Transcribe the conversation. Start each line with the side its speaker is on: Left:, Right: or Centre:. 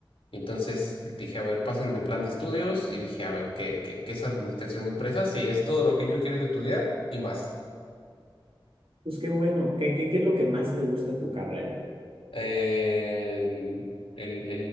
Left: Y entonces dije, a ver, pásenme el plan de estudios y dije, a ver, ¿qué, qué, qué es administración de empresas? Y es todo lo que yo he querido estudiar y más.
Right: pues qué bueno. ¿Qué, qué, qué es lo que más te gusta de tu carrera?
Left: eh, el, el,